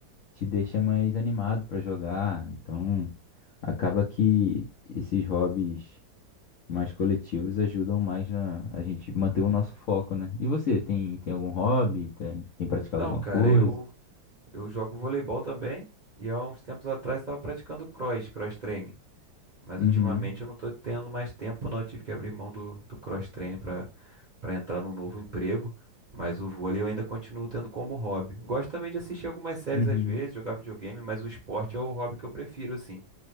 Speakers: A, on the left; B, on the right.
A: te deixa mais animado pra jogar. Então, acaba que esses hobbies mais coletivos ajudam mais na, a gente manter o nosso foco, né? E você, tem, tem algum hobby? Tem, tem praticado
B: Então,
A: alguma
B: cara,
A: coisa?
B: eu eu jogo voleibol também e há uns tempos atrás estava praticando cross, cross training. Mas
A: Uhum,
B: ultimamente eu não tô tendo mais tempo, não. Eu tive que abrir mão do, do cross training para para entrar num novo emprego. Mas o vôlei eu ainda continuo tendo como hobby. Gosto também de assistir algumas séries
A: uhum,
B: às vezes, jogar videogame, mas o esporte é o hobby que eu prefiro, assim.